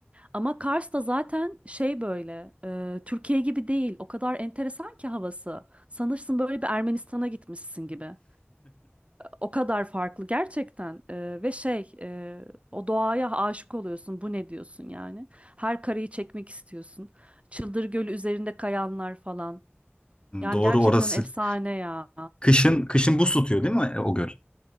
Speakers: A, on the right (about 30°); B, on the left (about 25°).
A: Ama Kars da zaten şey böyle e, Türkiye gibi değil. O kadar enteresan ki havası. Sanırsın böyle bir Ermenistan'a gitmişsin gibi. O kadar farklı gerçekten. E, ve şey e, o doğaya aşık oluyorsun. Bu ne diyorsun yani? Her kareyi çekmek istiyorsun. Çıldır Gölü üzerinde kayanlar falan.
B: <laughs>
A: Yani
B: Doğru
A: gerçekten
B: orası.
A: efsane ya.
B: Kışın kışın buz tutuyor değil mi e, o göl?